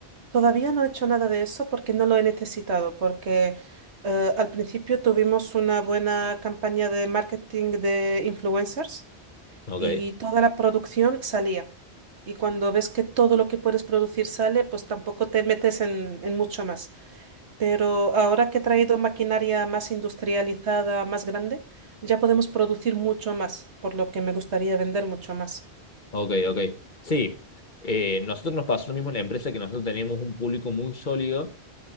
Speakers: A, on the right; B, on the left.
A: todavía no he hecho nada de eso porque no lo he necesitado, porque eh, al principio tuvimos una buena campaña de marketing de influencers
B: Ok,
A: y toda la producción salía. Y cuando ves que todo lo que puedes producir sale, pues tampoco te metes en en mucho más. Pero ahora que he traído maquinaria más industrializada, más grande, ya podemos producir mucho más, por lo que me gustaría vender mucho más.
B: ok, ok. Sí, eh, nosotros nos pasó lo mismo en la empresa que nosotros teníamos un público muy sólido